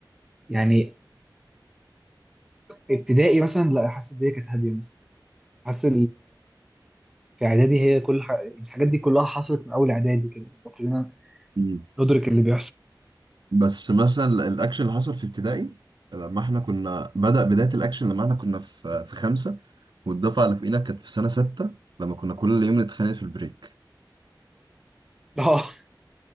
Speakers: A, in the centre; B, on the right.
A: يعني ابتدائي مثلا لا حاسس الدنيا كانت هاديه مثلا حاسس في اعدادي هي كل ح... الحاجات دي كلها حصلت من اول اعدادي كده ابتدينا
B: مم.
A: ندرك اللي بيحصل
B: بس مثلا الاكشن اللي حصل في ابتدائي لما احنا كنا بدأ بداية الاكشن لما احنا كنا في في خمسة والدفعة اللي فوقينا كانت في سنة ستة لما كنا كل يوم نتخانق في البريك
A: <laughs> اه